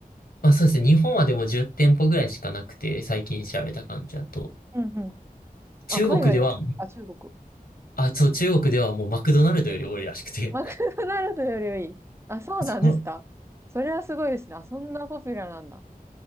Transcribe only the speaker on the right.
うんうん。
あ、海外にもある。あ、中国。そ
っかマクドナルドよりはいい。あ、そうなんですか。
それはすごいですね。あ、そんなポピュラーなんだ。